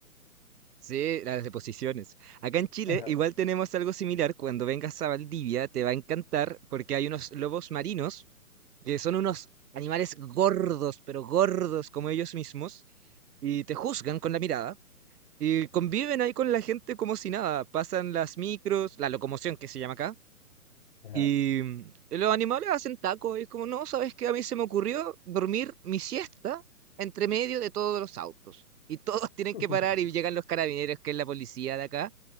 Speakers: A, on the right; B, on the left.
A: Sí, las deposiciones. Acá en Chile
B: Ajá,
A: igual tenemos algo similar. Cuando vengas a Valdivia te va a encantar porque hay unos lobos marinos que son unos animales gordos, pero gordos como ellos mismos, y te juzgan con la mirada. Y conviven ahí con la gente como si nada, pasan las micros, la locomoción que se llama acá,
B: ajá.
A: y mm, los animales hacen tacos, y es como, no, ¿sabes qué? A mí se me ocurrió dormir mi siesta entre medio de todos los autos. Y todos <laughs> tienen
B: <laughs>
A: que parar y llegan los carabineros, que es la policía de acá,